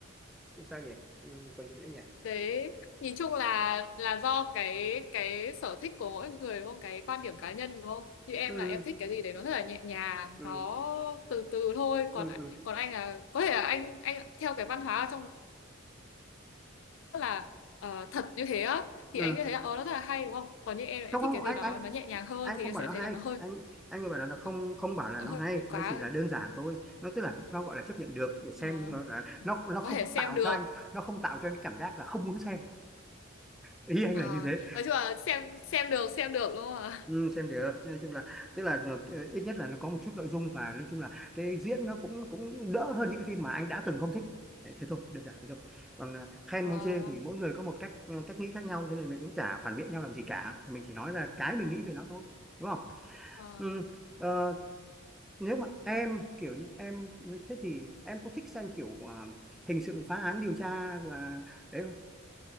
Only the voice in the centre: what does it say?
sao nhỉ ừ, còn gì nữa nhỉ
ừ,
ừ,
ừ,
ừ,
ừ.
không không
anh
anh
anh
không
bảo
nó
hay
anh anh bảo là nó không
không bảo là
nó
hay
nó
chỉ là
đơn giản thôi nó tức là nó gọi là chấp nhận được để xem
nó là nó nó
không
tạo
cho anh nó không tạo cho anh cái cảm giác là không muốn xem ý anh
là như thế
ừ, xem được nói chung là tức là nó- ít nhất là nó có một chút nội dung và nói chung là cái diễn nó cũng cũng đỡ hơn những cái phim mà anh đã từng không thích Đấy, thế thôi đơn giản thế thôi còn à, khen
hay chê thì mỗi người có một cách ờ, cách nghĩ khác nhau cho nên mình cũng chả phản biện nhau làm gì cả mình chỉ nói là cái mình nghĩ về nó thôi đúng không
ừ. Ờ, nếu mà em kiểu như em thế thì em có thích xem kiểu à, hình sự phá án điều tra là đấy không?